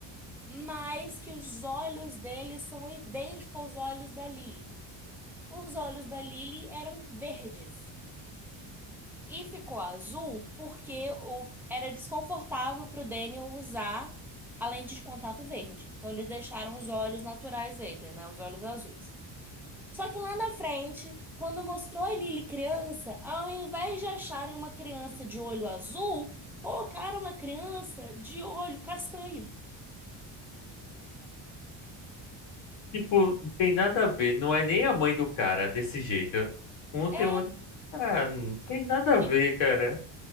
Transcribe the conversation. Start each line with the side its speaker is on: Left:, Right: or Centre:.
Centre: mas que os olhos dele são idênticos aos olhos da Lily. Os olhos da Lily eram verdes e ficou azul porque o- era desconfortável para o Daniel usar a lente de contato verde. Então eles deixaram os olhos naturais dele, né, os olhos azuis. Só que lá na frente, quando mostrou a Lily criança, ao invés de acharem uma criança de olho azul, colocaram uma criança de olho castanho.
Left: Tipo, não tem nada a ver. Não é nem a mãe do cara desse jeito. Um
Centre: É,
Left: tem outro. Ah, não tem nada a ver,
Centre: e,
Left: cara.